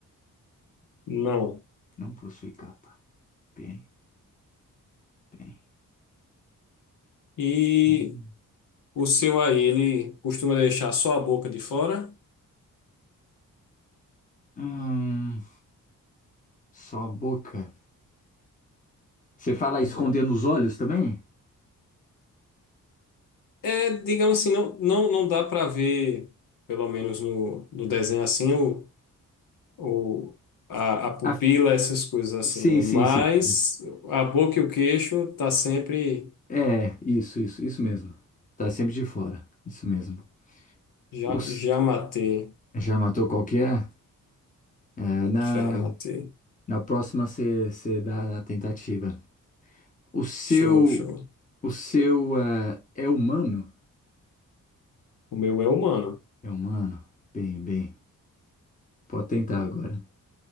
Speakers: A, on the left (about 80°); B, on the left (about 25°).
A: Não.
B: Não possui capa. Bem, bem.
A: E
B: Hum,
A: o seu aí, ele costuma deixar só a boca de fora?
B: Hum, só a boca. Você fala
A: É,
B: escondendo os olhos também?
A: É, digamos assim, não, não, não dá para ver, pelo menos no, no desenho assim, o, o, a, a pupila,
B: Ah, f-
A: essas coisas assim,
B: sim,
A: né?
B: sim,
A: Mas
B: sim. sim.
A: a boca e o queixo tá sempre.
B: É, isso, isso, isso mesmo. Tá sempre de fora. Isso mesmo.
A: Já,
B: Ups,
A: já matei,
B: já matou qual que é? É, na,
A: já matei.
B: na próxima você você dá a tentativa. O seu,
A: Show, show.
B: o seu eh, é humano?
A: O meu é humano.
B: É humano? Bem, bem. Pode tentar agora.